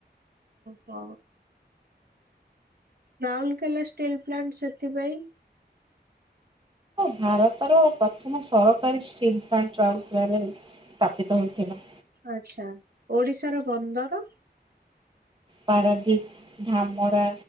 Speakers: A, on the right; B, on the right.
A: ହଁ। ରାଉରକେଲା ଷ୍ଟିଲ୍ ପ୍ଲାଣ୍ଟ ସେଥିପାଇଁ।
B: ଭାରତର ପ୍ରଥମ ସରକାରୀ ଷ୍ଟିଲ୍ ପ୍ଲାଣ୍ଟ ରାଉରକେଲାରେ ସ୍ଥାପିତ ହୋଇଥିଲା।
A: ଆଛା ଓଡିଶାର ବନ୍ଦର?
B: ପାରାଦୀପ, ଧାମରା,